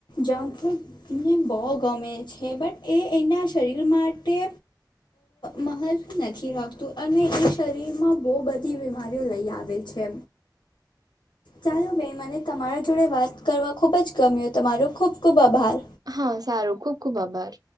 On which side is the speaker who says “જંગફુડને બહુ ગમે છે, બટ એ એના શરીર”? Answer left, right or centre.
Left